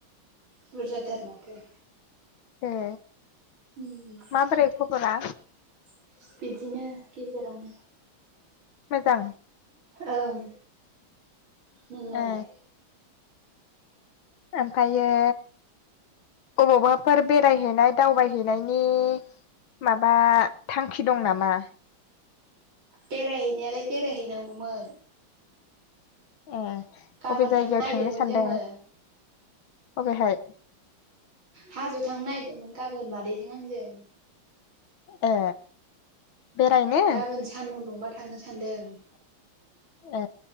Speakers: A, on the right; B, on the left.
A: बुरजाथार माथो।
B: ए
A: उम
B: माबोरै खबरा
A: <inaudible> बिदिनो गेजेरावनो
B: मोजां।
A: ओं नोंनालाय
B: ए ओमफायो अबावबाफोर बेरायहैनाय दावबाय हैनायनि माबा थांखि दं नामा?
A: बेरायहैनायालाय बेरायहैनांगौमोन।
B: ए
A: गाबोन
B: बबे जायगायाव
A: नागिरदोंमोन
B: थांनो सानदों
A: जोङो
B: अबेहाय?
A: हाजोआव थांनो नागिरदोंमोन गाबोन मादैजों आंजों।
B: ए बेरायनो
A: गाबोन सान्दुं दुंबा थांनो सान्दों।
B: ए